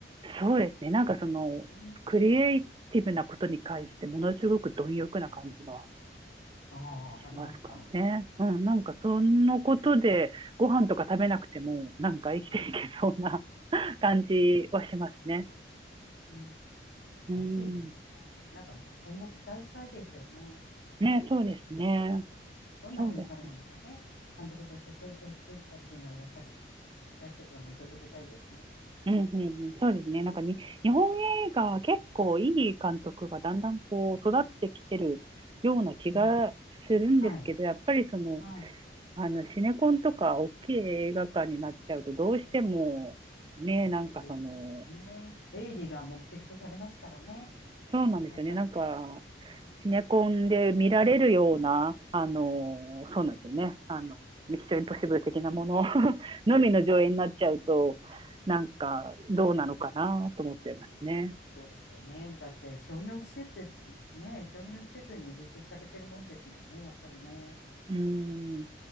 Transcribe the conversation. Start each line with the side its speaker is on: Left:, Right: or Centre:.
Right: そうですね、なんかその、
Left: ね。
Right: クリエイティブなことに関して、ものすごく貪欲な感じが
Left: ああ、ありますか。
Right: しますかね。うん、なんかそのことで、ご飯とか食べなくても、なんか生きていけそうな <laughs> 感じはしますね。
Left: うん、素晴らしいですね。
Right: うん。
Left: なんか今後期待したいですよね。
Right: ね、そうですね。
Left: どんなふうに彼がまたね、
Right: そうです。
Left: 監督として成長していくかっていうのは、やっぱり私たちも見届けたいですね。
Right: うんうんうん。そうですね。なんかに、日本映画は結構いい監督がだんだんこう育ってきてるような気がするんですけど、
Left: うん、はい。
Right: やっぱりその、
Left: は
Right: あの、シネコンとか大きい映画館になっちゃうと、どうしても、ね、なんかその、
Left: い。そうですね。営利が目的とされますからね。
Right: そうなんですよね。
Left: やっぱりね。
Right: なんか、
Left: うん
Right: シネコンで見られるような、あの、そうなんですよね。あの、ミッションインポッシブル的なもの <laughs> のみの上映になっちゃうと、なんか、どうなのかなと思っちゃいますね。
Left: そうですよね。だって商業施設ですね。商業施設に併設されてるもんですもんね。やっぱりね。
Right: うん。